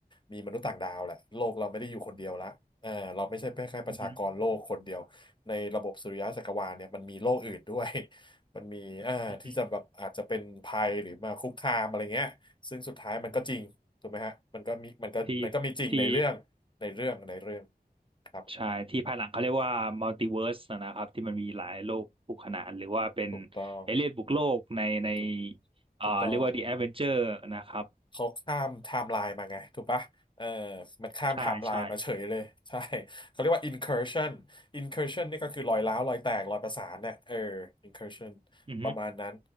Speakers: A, on the left; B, on the right.
A: มีมนุษย์ต่างดาวแหละโลกเราไม่ได้อยู่คนเดียวละเออเราไม่ใช่แค่ประชากรโลกคนเดียว
B: อือฮึ
A: ในระบบสุริยะจักรวาลเนี่ยมันมีโลกอื่นด้วย <laughs> มันมีเอ่าที่จะแบบอาจจะเป็นภัยหรือมาคุกคามอะไรเงี้ยซึ่งสุดท้ายมันก็จริงถูกไหมฮะมันก็มีมันก็มันก็มีจริงในเรื่องในเรื่องในเรื่อง
B: อือฮึที่ที่
A: ครับ
B: ใช่ที่ภายหลังเขาเรียกว่ามัลติเวิร์สนะครับที่มันมีหลายโลกคู่ขนานหรือว่าเป็น
A: ถูกต้อง
B: เอเลี่ยนบุกโลกในใน
A: ถูก
B: เอ่อเรียกว่า
A: ถูกต้อง
B: The Avenger นะครับ
A: เขาข้ามไทม์ไลน์มาไงถูกปะเออมันข้ามไทม์ไลน์มาเฉยเลยใช่
B: ใช่ใช่
A: เขาเรียกว่า incursion incursion นี่ก็คือรอยร้าวรอยแตกรอยประสานเนี่ยเออ incursion
B: อือฮึ
A: ประมาณนั้น